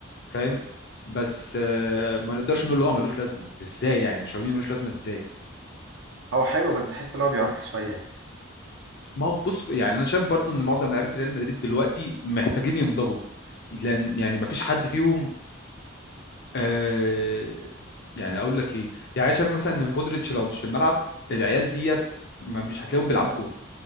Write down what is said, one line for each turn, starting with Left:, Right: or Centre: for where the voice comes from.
Left: فاهم بس آه، ما نقدرش نقول ان هو ملوش لازمه ازاي يعني تشاوميني ملوش لازمه ازاي
Right: هو حلو بس بحس ان هو بيعك شوية
Left: ما هو بص يعني انا شايف برضو ان معظم لعيبه ريال مدريد دلوقتي محتاجين ينضجوا لان يعني ما فيش حد فيهم آه يعني اقول لك ايه يعني أنا شايف مثلا ان مودريتش لو مش في الملعب العيال ديت ما مش هتلاقيهم بيلعبوا كوره